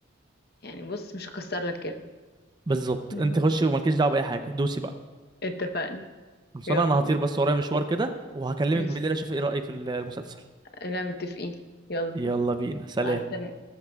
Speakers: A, on the left (about 50°); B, on the right (about 20°).
A: يعني بص مش هكسر لك كده
B: بالظبط
A: <laughs>
B: انت خشي ومالكيش دعوة بأي حاجة دوسي بقى
A: اتفقنا
B: خلصانه
A: يلا
B: انا هطير بس ورايا مشوار كده وهكلمك
A: ماشي
B: بالليل اشوف ايه رايك في المسلسل
A: لا متفقين يلا
B: يلا بينا سلام
A: مع السلامه